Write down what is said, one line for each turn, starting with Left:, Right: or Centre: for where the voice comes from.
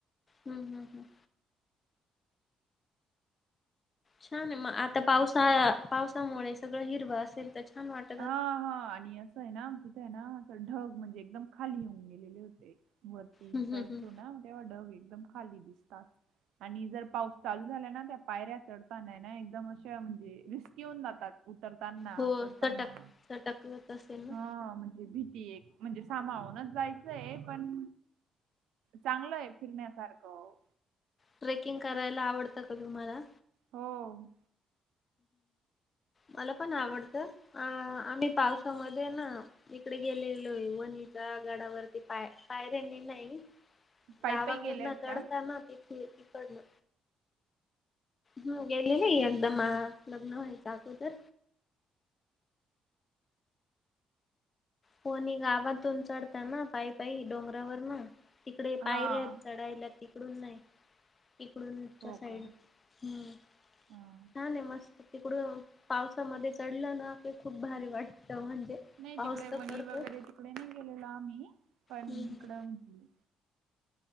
Left: हम्म्-हम्म्-हम्म्. छान आहे मग आता पावसाळा पावसांमुळे सगळं हिरवं असेल तर छान वाटतं.
Right: हा हाआणि असं आहे ना तिथं आहे ना असं ढंग म्हणजे एकदम खाली येऊन गेलेले होते वर
Left: हं
Right: चढतों
Left: हं हं
Right: ना तेव्हा ढग एकदम खाली दिसतात. आणि जर पाऊस चालू झाला ना त्या पायऱ्या चढताना आहे ना एकदम अशा म्हणजे रिस्की होऊन जातात. उतरतांना
Left: हो
Right: चढतांना
Left: चटक चटकत असेल ना?
Right: हा म्हणजे भीती एक म्हणजे सांभाळूनच जायचंय पण चांगलं आहे फिरण्यासारखं
Left: ट्रेकिंग करायला आवडतं का तुम्हाला?
Right: हम्म
Left: मला पण आवडतं अ आम्ही पावसामध्ये ना इकडे गेलेलोयं वणीच्या गडावरतीं पाय पायऱ्यांनी नाही
Right: पायी
Left: गावाकडनं
Right: पायी गेल्यात
Left: चढतांना
Right: का?
Left: तिथे तिकडनं हम्म गेली नाही एकदा मा लग्नं व्हायच्या अगोदर. कोणी गावातून चढतांना पायी-पायी डोंगरावरंन इकडे
Right: हां
Left: पायर्या आहेत चढायला तिकडून नाही. इकडच्या
Right: हो
Left: साईडन
Right: का?
Left: हा
Right: हां.
Left: छानंय मस्त. तिकडून पावसामध्ये चढलं ना की खूप भारी वाटतं म्हणजे.
Right: नाही
Left: पाऊस
Right: तिकडे
Left: तर
Right: वणी
Left: पडतोच
Right: वगैरे तिकडे नाही गेलेलो आम्ही पण
Left: हम्म हम्म
Right: इकडं म्हणे